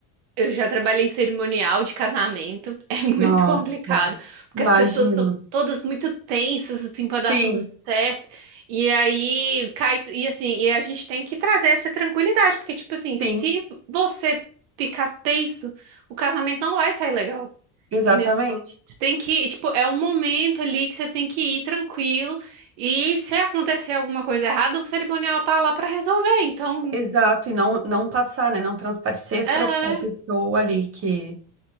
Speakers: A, on the right; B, on the right.
A: Eu já trabalhei em cerimonial de casamento, <laughs> é muito
B: Nossa,
A: complicado, porque
B: imagino.
A: as pessoas estão todas muito tensas, assim, para
B: Sim,
A: dar tudo certo, e aí cai, tu- e assim, e a gente tem que trazer essa tranquilidade, porque, tipo assim, se
B: sim,
A: você ficar tenso, o casamento não vai sair legal,
B: exatamente.
A: entendeu? Você tem que, tipo, é um momento ali que você tem que ir tranquilo, e se acontecer alguma coisa errada, o cerimonial tá lá para resolver, então,
B: Exato, e não, não passar, né? Não transparecer
A: é...
B: para a pessoa ali que.